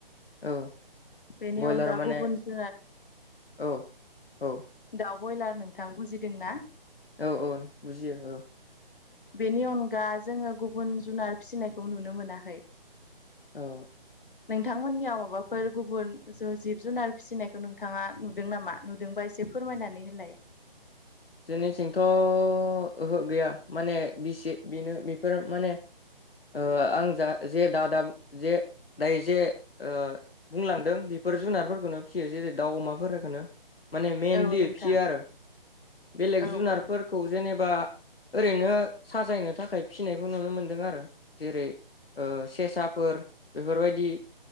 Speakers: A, on the left; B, on the left.
A: औ
B: बेनि
A: बयलार
B: अनगा
A: माने
B: गुबुन जुनार
A: औ औ।
B: दाउ बयलार नोंथां बुजिदों ना?
A: औ औ बुजियो औ।
B: बेनि अनगा जोङो गुबुन जुनार फिसिनायखौ नुनो मोनाखै।
A: अ।
B: नोंथांमोननियाव माबाफोर गुबुन ज जिब जुनार फिसिनायखौ नोंथाङा नुदों नामा? नुदोंबा एसे फोरमायनानै बोलाय?
A: जोंनिथिंथ' ओहो गैया माने बिसि बेनो बेफोर माने ओ आं जा जे दा दाब जे दायो जे ओ बुंलांदों बेफोर जुनारफोरखौनो फियो जेरै दाउ अमाफोरफोरखौनो माने मइेनलि
B: औ नोंथां
A: फियो आरो। बेलेग
B: औ
A: जुनारफोरखौ
B: औ
A: जेनेबा ओरैनो साजायनो थाखाय फिनायखौ नुनो मोन्दों आरो जेरै ओ सेसाफोर बेफोरबायदि